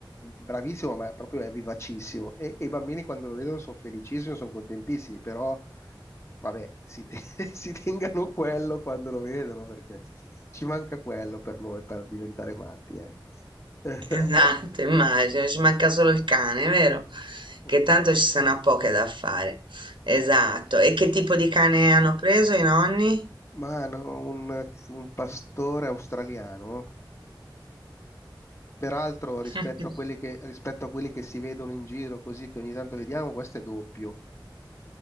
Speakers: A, on the left; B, on the right.
A: bravissimo, ma proprio è vivacissimo. E, e i bambini quando lo vedono sono felicissimi, sono contentissimi, però vabbè, si, te- <laughs> si tengano quello quando lo vedono perché ci manca quello per noi per diventare matti, ecco. <laughs>
B: Esatto, immagino, ci manca solo il cane, vero?
A: Oh.
B: Che tanto ci sono a poche da fare. Esatto. E che tipo di cane hanno preso i nonni?
A: Mano, un, un pastore australiano. Peraltro, rispetto
B: <laughs>
A: a quelli che, rispetto a quelli che si vedono in giro, così che ogni tanto vediamo, questo è doppio.